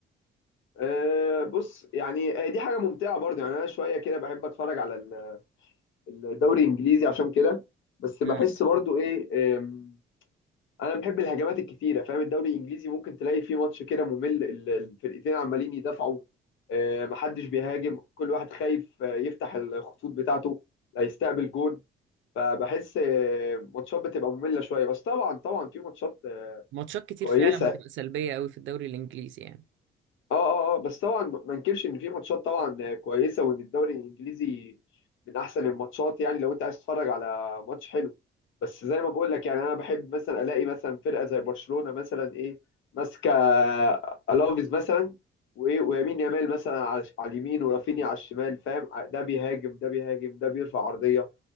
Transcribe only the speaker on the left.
أه بص يعني آه، دي حاجة ممتعة برضه يعني أنا شوية كده بحب أتفرج على ال- الدوري الإنجليزي عشان كده بس بحس
برضه إيه آم، أنا بحب الهجمات الكتيرة فاهم الدوري الإنجليزي ممكن تلاقي فيه ماتش كده ممل ال- الفرقتين عمالين يدافعوا أه محدش بيهاجم كل واحد خايف آه، يفتح الخطوط بتاعته لا يستقبل جون فبحس آه، ماتشات بتبقى مملة شوية بس طبعا طبعا في ماتشات آه،
كويسة
اه اه اه بس طبعا ما انكرش ان في ماتشات طبعا كويسه وان الدوري الانجليزي من احسن الماتشات يعني لو انت عايز تتفرج على ماتش حلو بس زي ما بقول لك يعني انا بحب مثلا الاقي مثلا فرقه زي برشلونه مثلا ايه ماسكه الافيز مثلا وايه ويمين يامال مثلا على على اليمين ورافينيا على الشمال فاهم ده بيهاجم ده بيهاجم ده بيرفع عرضيه